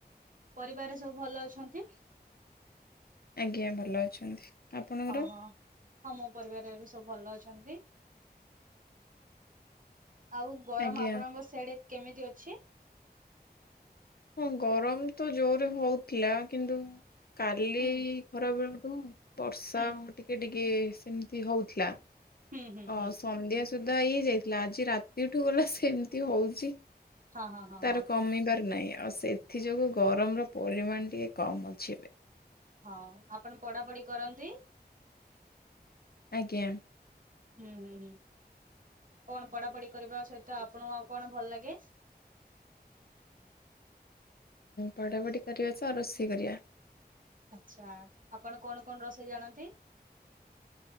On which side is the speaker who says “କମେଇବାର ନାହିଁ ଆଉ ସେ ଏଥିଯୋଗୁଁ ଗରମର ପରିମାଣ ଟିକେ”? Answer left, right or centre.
Left